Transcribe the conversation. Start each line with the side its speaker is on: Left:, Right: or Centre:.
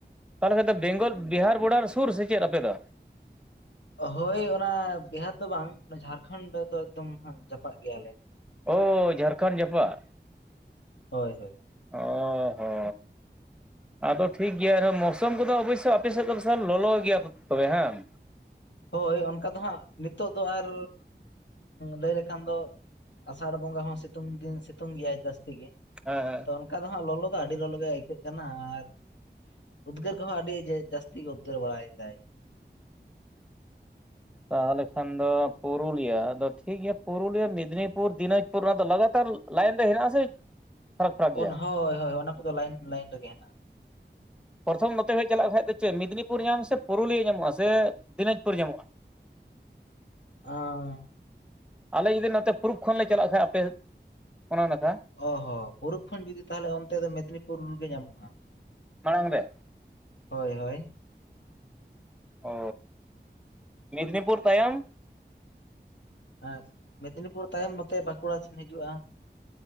Centre: ᱛᱟᱦᱚᱞᱮ ᱠᱷᱟᱡ ᱫᱚ ᱵᱮᱝᱜᱚᱞ ᱵᱤᱦᱟᱨ ᱵᱚᱰᱟᱨ ᱥᱩᱨ ᱥᱮ ᱪᱮᱫ ᱟᱯᱮ ᱫᱚ?
Left: ᱦᱳᱭ ᱚᱱᱟ ᱵᱤᱦᱟᱨ ᱫᱚ ᱵᱟᱝ ᱚᱱᱟ ᱡᱷᱟᱨᱠᱷᱚᱸᱰ ᱨᱮᱫᱚ ᱮᱠᱫᱚᱢ ᱦᱟᱸᱜ ᱡᱟᱯᱟᱜ ᱜᱮᱭᱟᱞᱮ᱾
Centre: ᱚ ᱡᱷᱟᱨᱠᱷᱚᱱᱰ ᱡᱟᱯᱟᱜ
Left: ᱦᱳᱭ ᱦᱳᱭ
Centre: ᱚ ᱦᱚ᱾ ᱟᱫᱚ ᱴᱷᱤᱠ ᱜᱮᱭᱟ ᱮᱱᱨᱮᱦᱚᱸ ᱢᱳᱥᱢ ᱠᱚᱫᱚ ᱚᱵᱚᱥᱥᱳᱭ ᱟᱯᱮᱥᱮᱡ ᱫᱚ ᱵᱤᱥᱟᱞ ᱞᱚᱞᱚ ᱜᱮᱭᱟ ᱛᱚᱵᱮ ᱦᱮᱸ ᱟᱝ?
Left: ᱦᱳᱭ ᱚᱱᱠᱟ ᱫᱚ ᱦᱟᱸᱜ ᱱᱤᱛᱚᱜ ᱫᱚ ᱟᱨ ᱞᱟᱹᱭ ᱞᱮᱠᱷᱟᱱ ᱫᱚ ᱟᱥᱟᱲ ᱵᱚᱸᱜᱟ ᱦᱚᱸ ᱥᱤᱛᱩᱝ ᱫᱤᱱ ᱥᱤᱛᱩᱝ ᱜᱮᱭᱟᱭ ᱡᱟᱹᱥᱛᱤ ᱜᱮ,
Centre: ᱦᱮ ᱦᱮ᱾
Left: ᱛᱚ ᱚᱱᱠᱟ ᱫᱚ ᱦᱟᱸᱜ ᱞᱚᱞᱚ ᱫᱚ ᱟᱹᱰᱤ ᱞᱚᱞᱚ ᱜᱮ ᱟᱹᱭᱠᱟᱹᱜ ᱠᱟᱱᱟ ᱟᱨ ᱩᱫᱽᱜᱟᱹᱨ ᱠᱚᱦᱚᱸ ᱟᱹᱰᱤ ᱡᱟᱹᱥᱛᱤ ᱜᱮ ᱩᱫᱽᱜᱟᱹᱨ ᱵᱟᱲᱟᱭ ᱫᱟᱭ᱾
Centre: ᱛᱟᱦᱚᱞᱮ ᱠᱷᱟᱱ ᱫᱚ ᱯᱩᱨᱩᱞᱤᱭᱟᱹ ᱟᱫᱚ ᱴᱷᱤᱠ ᱜᱮᱭᱟ ᱯᱩᱨᱩᱞᱤᱭᱟᱹ ᱟᱫᱚ ᱡᱷᱤᱠ ᱜᱤᱭᱟ ᱯᱚᱞᱴᱚᱱᱤᱭᱟ, ᱢᱮᱫᱽᱱᱤᱯᱩᱨ, ᱫᱤᱱᱟᱡᱽᱯᱩᱨ, ᱱᱚᱣᱟ ᱫᱚ ᱞᱟᱜᱟᱛᱟᱨ ᱞᱟᱭᱤᱱ ᱨᱮ ᱦᱮᱱᱟᱜ ᱟ ᱥᱮ ᱯᱷᱟᱨᱟᱠ ᱯᱷᱟᱨᱟᱠ ᱜᱮᱭᱟ
Left: ᱩᱱᱤ ᱦᱚᱸ ᱦᱳᱭ ᱦᱳᱭ ᱚᱱᱟ ᱠᱚᱫᱚ ᱞᱟᱭᱤᱱ ᱞᱟᱭᱤᱱ ᱨᱮᱜᱮ ᱦᱮᱱᱟᱜᱼᱟ᱾
Centre: ᱯᱨᱚᱛᱷᱚᱢ ᱱᱚᱛᱮ ᱦᱮᱡ ᱪᱟᱞᱟᱜ ᱠᱷᱟᱱᱡ ᱫᱚ ᱪᱮᱫ ᱢᱮᱫᱽᱱᱤᱯᱩᱨ ᱧᱟᱢ ᱥᱮ ᱯᱩᱨᱩᱞᱤᱭᱟᱹ ᱧᱟᱢᱚᱜᱼᱟ ᱥᱮ, ᱫᱤᱱᱟᱡᱽᱯᱩᱨ ᱧᱟᱢᱚᱜᱼᱟ? <unintelligible>
Left: ᱟᱸ
Centre: ᱟᱞᱮ ᱡᱩᱫᱤ ᱱᱚᱛᱮ ᱯᱩᱨᱩᱵ ᱠᱷᱚᱱᱞᱮ ᱪᱟᱞᱟᱜ ᱠᱷᱟᱱ ᱟᱯᱮ ᱚᱱᱟ ᱱᱟᱠᱷᱟ᱾
Left: ᱚ ᱦᱚ ᱯᱩᱨᱩᱵ ᱠᱷᱚᱱ ᱡᱩᱫᱤ ᱛᱟᱦᱚᱞᱮ ᱚᱱᱛᱮ ᱫᱚ ᱢᱮᱫᱽᱱᱤᱯᱩᱨ ᱜᱮ ᱧᱟᱢᱚᱜᱼᱟ᱾
Centre: ᱢᱟᱲᱟᱝ ᱨᱮ?
Left: ᱦᱳᱭ ᱦᱳᱭ
Centre: ᱚ ᱢᱮᱫᱽᱱᱤᱯᱩᱨ ᱛᱟᱭᱚᱢ
Left: ᱮᱸ ᱢᱮᱫᱽᱱᱤᱯᱩᱨ ᱛᱟᱭᱚᱢ ᱱᱚᱛᱮ ᱵᱟᱸᱠᱩᱲᱟ ᱥᱮᱫ ᱦᱤᱡᱩᱜᱼᱟ᱾